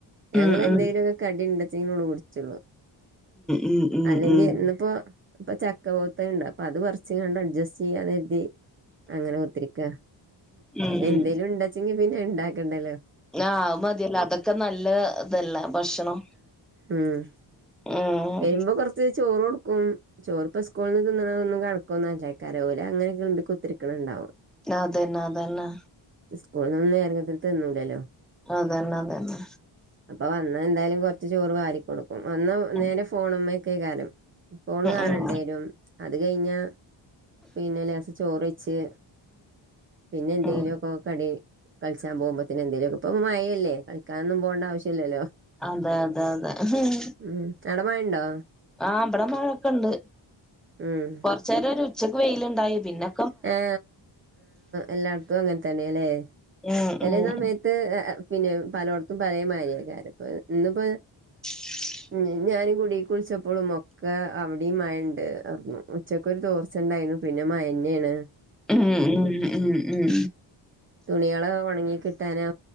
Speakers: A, on the right; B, in the centre.
A: ഞങ്ങെന്തേലും
B: ഉം ഉം ഉം
A: കടിണ്ട്ച്ചെങ്കിലെ കുടിച്ചുള്ളു
B: ഉം ഉം
A: അല്ലെങ്കി
B: ഉം ഉം
A: ഇന്നിപ്പോ അപ്പൊ ചക്ക പോത്തുണ്ട് അപ്പൊ അത് പറിച്ച്കണ്ട് അഡ്ജസ്റ്റ് ചെയ്യാൻ എരുതി അങ്ങനെ ക്കുത്തിരിക്ക
B: ഉം ആഹ്
A: എന്തേലും ഉണ്ടാച്ചെങ്കി പിന്നെ ഉണ്ടാക്കണ്ടല്ലോ
B: ആഹ് അത് മതിയല്ലൊ അതൊക്കെ നല്ല ഇതല്ല ഭക്ഷണം
A: ഉം
B: ഉം <unintelligible>
A: വരുമ്പൊ കൊർച്ച് ചോറ് കൊടുക്കും ചോറ്പ്പ സ്കൂൾന്ന് തിന്ന്ണ ഒന്നും കണക്കൊന്നല്ലയ്ക്കാരം ഓല് അങ്ങനെ കിൾമ്പി കുത്തര്ക്ക്ണ്ണ്ടാവും
B: അതന്നാ അതന്നാ
A: സ്കൂൾനൊന്നും നേരങ്ങത്തിൽ തിന്നൂലല്ലോ
B: അതന്നെ അതന്നെ
A: അപ്പൊ വന്ന എന്തായാലും കൊർച്ച് ചോറ് വാരി കൊടുക്കും വന്ന
B: ഉം
A: നേരെ ഫോണ്മ്മക്കെ കാരം ഫോണ് കാണേണ്ടി
B: ഉം
A: വരും അത് കഴിഞ്ഞ പിന്നെ ലേസം ചോറ് വെയിച്ച് പിന്നെ എന്തേലുഒക്കെ
B: ഉം
A: കടി കൾച്ചാൻ പോകുമ്പോത്തന് എന്തേലൊക്കെ ഇപ്പ മഴയല്ലേ കളി കാനൊന്നും പോണ്ട ആവശ്യല്ലല്ലോ
B: അതെ അതെ അതെ
A: ഉം അവിടെ മഴയുണ്ടോ
B: ആഹ് ഇവിടെ മഴൊക്കെ ഉണ്ട്
A: ഉം
B: കൊർച്ചേരം ഒരു ഉച്ചക്ക് വെയിലുണ്ടായി പിന്നെ
A: <unintelligible> എല്ലാട്ത്തും അങ്ങൻ തന്നെ ല്ലേ
B: ഉം
A: ചെലേ
B: ഉം
A: സമയത്ത് പിന്നെ പലോട്ത്തും പലേമാരിയാക്കാരം ഇപ്പൊ ഇന്നിപ്പോ
B: ആ <unintelligible>
A: ഉം ഞാൻ കൂടിക് വിൾച്ചപ്പളും ഒക്കെ അവിടിം മഴണ്ട് അർഞ്ഞു. ഉച്ച ക്ക് ഒരു തോർച്ചണ്ടായിരുന്നു പിന്നെ മഴന്നേണ്
B: ഉം ഉം ഉം ഉം
A: തുണികള് ഒണങ്ങി കിട്ടാനോ